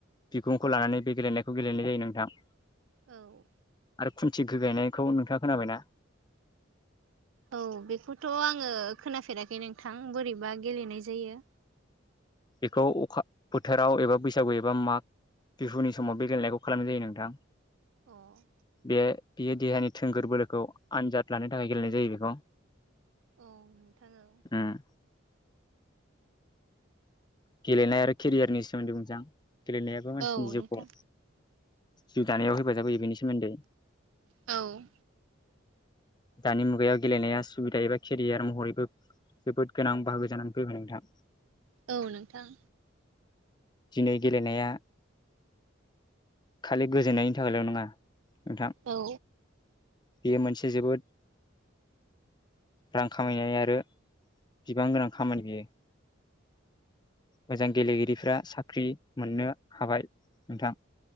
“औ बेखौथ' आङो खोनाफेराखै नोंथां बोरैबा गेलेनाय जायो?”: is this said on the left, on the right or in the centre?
Right